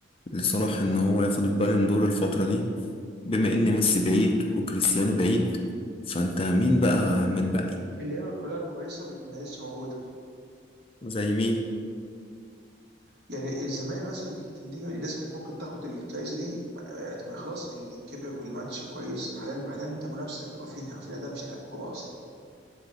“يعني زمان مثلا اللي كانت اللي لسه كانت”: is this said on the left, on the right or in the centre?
Right